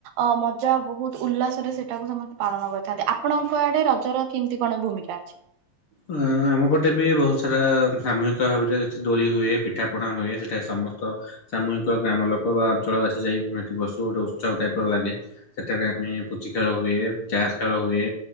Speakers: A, on the right (about 75°); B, on the left (about 45°).
A: ଅ ମଜା ବହୁତ ଉଲ୍ଲାସରେ ସେଇଟାକୁ ସମସ୍ତେ ପାଳନ କରିଥାନ୍ତି। ଆପଣଙ୍କ ଆଡ଼େ ରଜର କେମିତି କଣ ଭୂମିକା। <inaudible>
B: ଅ ଆମ ପଟେ ବି ବହୁତ ସାରା ସାମୁହିକ ଭାବରେ ଦୋଳି ହୁଏ ପିଠା ପଣା ହୁଏ ସେଠାରେ ସମ୍ ସମସ୍ତ ସାମୁହିକ ଗ୍ରାମ ଲୋକ ବା ଅଞ୍ଚଳ ବାସୀ ଯାଇ ଏଠି ବସୁ ଗୋଟେ ଉତ୍ସବ ଟାଇପ୍ର ଲାଗେ। ସେଠାରେ ଆମେ ପୁଚି ଖେଳ ହୁଏ ଚାସ୍ ଖେଳ ହୁଏ।